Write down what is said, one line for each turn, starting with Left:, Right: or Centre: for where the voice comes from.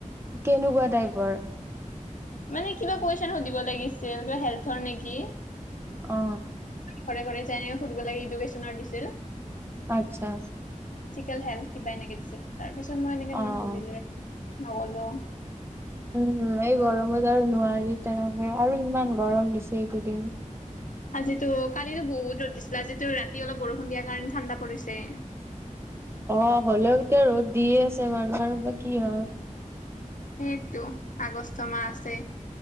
Right: কেনেকুৱা টাইপৰ।
Left: মানে কিবা কুৱেশচন সুধিব লাগিছিল কিবা হেল্থৰ নেকি?
Right: অ
Left: ঘৰে ঘৰে যেনেকৈ সুধিব লাগে ইডুকেশ্যনৰ দিছিল।
Right: আচ্ছা।
Left: ফিজেল হেল কিবা এনেকে দিছিল তাৰ পিছত মই এনেকে
Right: অ
Left: নুসুধিলো
Right: অ
Left: নগলো।
Right: উম এই গৰমত আৰু নোৱাৰি তেনেকে আৰু ইমান গৰম দিছে এইকেইদিন
Left: আজিতো কালিতো বহুত ৰ'দ দিছিলে আজিতো ৰাতি অলপ বৰষুণ দিয়াৰ কাৰণে ঠাণ্ডা পৰিছে।
Right: অ হ'লেও এতিয়া ৰ'দ দিয়ে আছে বাৰু বা কি হয়
Left: সেইটো আগষ্ট মাহ আছে।